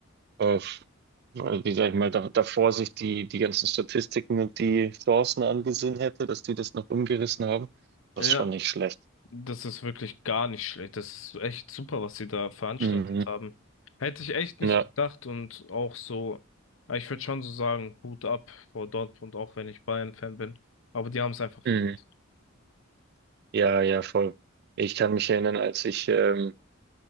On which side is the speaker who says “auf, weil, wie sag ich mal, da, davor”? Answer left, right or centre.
Right